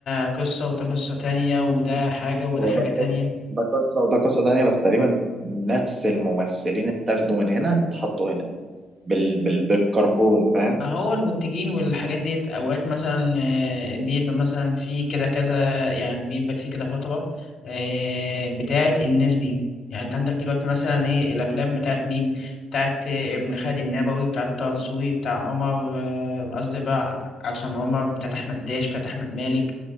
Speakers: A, on the left; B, on the right.
A: قصة وده قصة تانية وده حاجة وده
B: هو
A: حاجة
B: ده
A: تانية
B: قصة ده قصة وده قصة تانية بس تقريبا نفس الممثلين اتاخدوا من هنا اتحطوا هنا بال... بال... بالكربون فاهم
A: هو المنتجين والحاجات ديت اوقات مثلا آه، بيبقى مثلا في كده كذا يعني بيبقى في كده فترة آه، بتاعت الناس دي يعني انت عندك دلوقتي مثلا ايه الافلام بتاعت مين بتاعت آه، ابن خالد النبوي بتاعت طه دسوقي بتاع عمر آه، قصدي بقى عصام عمر بتاعت احمد داش بتاعت احمد مالك